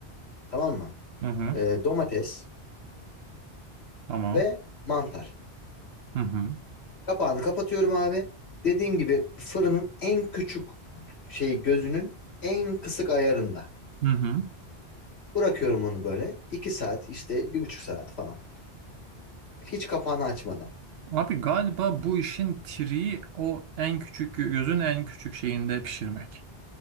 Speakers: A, on the left; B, on the right.
A: tamam mı?
B: Hı hı.
A: Ee, domates
B: Tamam.
A: ve mantar.
B: Hı hı
A: Kapağını kapatıyorum abi. Dediğim gibi fırının en küçük şey gözünün en kısık ayarında.
B: hı hı.
A: Bırakıyorum onu böyle. 2 saat işte bir buçuk saat falan. Hiç kapağını açmadan.
B: Abi galiba bu işin triği o en küçük gözün en küçük şeyinde pişirmek.